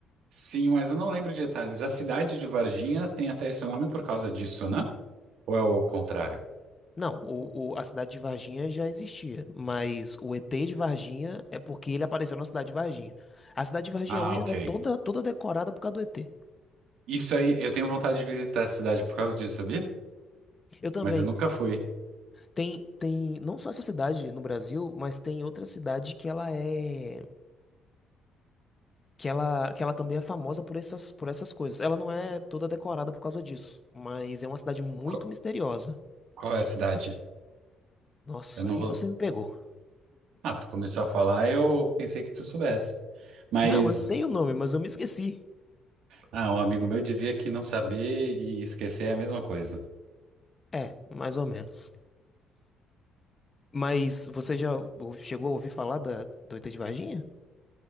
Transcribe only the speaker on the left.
Não, o, o- a cidade de Varginha já existia, mas o ET de Varginha é porque ele apareceu na cidade de Varginha. A cidade de Varginha
hoje
ela é toda, toda decorada por causa do ET.
Eu também.
Tem, tem não só essa cidade no Brasil, mas tem outra cidade que ela é que ela, que ela também é famosa por essas, por essas coisas. Ela não é toda decorada por causa disso, mas é uma cidade muito
misteriosa.
Nossa,
aí
você me pegou.
Não, eu sei o nome, mas eu me esqueci.
É, mais ou menos. Mas você já ou- chegou a ouvir falar da, do ET de Varginha?